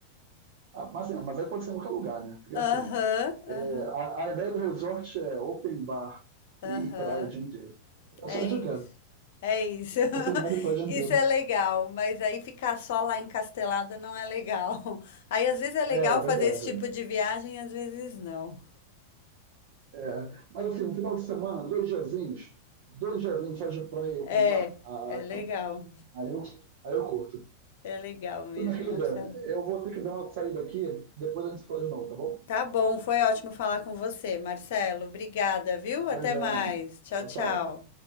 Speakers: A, on the right (about 50°); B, on the left (about 55°).
A: ah, Mas, assim, mas aí pode ser em qualquer lugar, né? Porque
B: Aham,
A: assim, é,
B: aham,
A: a, a ideia do resort é open bar
B: aham.
A: e, e praia o dia inteiro. É
B: É
A: só isso
B: isso.
A: que eu quero.
B: É isso. <laughs>
A: Open bar e praia o dia
B: Isso
A: inteiro.
B: é legal, mas aí ficar só lá encastelada não é legal. <laughs> Aí às vezes é legal
A: É, é verdade.
B: fazer esse tipo de viagem, às vezes não.
A: É. Mas assim, um final de semana, dois diazinhos, dois diazinhos só de praia e open
B: É,
A: bar, ah,
B: é legal.
A: então, aí eu, aí eu curto.
B: É legal mesmo,
A: Então, minha querida,
B: Marcelo.
A: eu vou ter que dar uma saída aqui, depois a gente se fala de novo, tá bom?
B: Tá bom, foi ótimo falar com você, Marcelo. Obrigada, viu?
A: Beijão.
B: Até mais. Tchau,
A: Tchau,
B: tchau.
A: tchau.